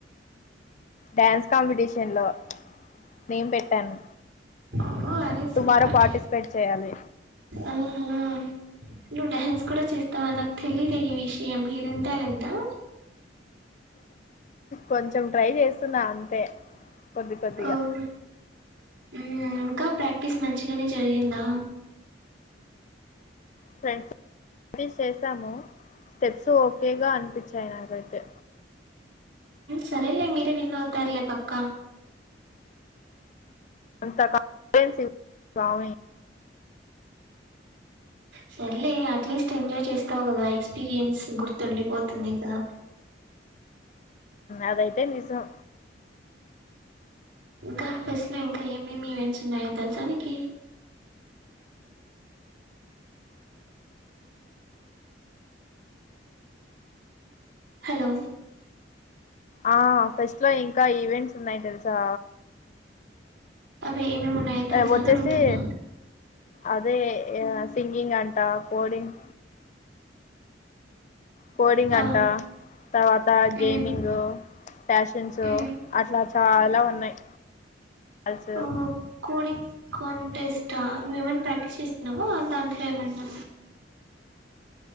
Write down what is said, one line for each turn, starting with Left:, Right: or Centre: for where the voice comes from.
Left: డ్యాన్స్ కాంపిటీషన్ లో నేను పెట్టాను
Right: ఓ అరే సూపర్
Left: టుమారో పార్టిసిపేట్ చేయాలి
Right: ఆహా నువ్వు డాన్స్ కూడా చేస్తావా నాకు తెలీయదు ఈ విషయం హిడెన్ టాలెంట్ ఆ
Left: కొంచెం ట్రై చేస్తున్నా అంతే కొద్ది కొద్దిగా
Right: ఓహో ఇంకా ప్రాక్టీస్ మంచిగానే జరిగిందా
Left: ఫ్రెండ్స్ ఏది చేశామో స్టెప్స్ ఓకేగా అనిపించాయి నాకైతే
Right: సరేలే మీరే విన్నవుతారులే పక్కా
Left: అంత కా <inaudible> స్వామి
Right: సర్లే అట్లీస్ట్ ఎంజాయ్ చేస్తావు కదా ఎక్స్పీరియన్స్ గుర్తుండిపోతుంది కదా
Left: అదైతే నిజం
Right: ఇంకా ఫెస్ట్ లో ఇంకా ఏమేమి ఈవెంట్స్ ఉన్నాయో తెలుసానికి హలో
Left: ఆ ఫెస్ట్ లో ఇంకా ఈవెంట్స్ ఉన్నాయి తెలుసా
Right: అవే ఏం ఏం ఉన్నాయి ఓ తెలుసా
Left: ఆ, వచ్చేసి
Right: అని అడుగుతున్నా
Left: అదే సింగింగ్ అంటా కోడింగ్ కోడింగ్
Right: ఆ
Left: అంటా తర్వాత
Right: మ్మ్
Left: గేమింగ్ ప్యాషన్స్
Right: మ్మ్
Left: అట్లా చాలా ఉన్నాయి అజ
Right: ఓహో కోడింగ్ కన్ంటెస్ట్ మవ్వ ఏమనా ప్రాక్టీస్ చేస్తున్నావా దాంట్లో ఏమన్నా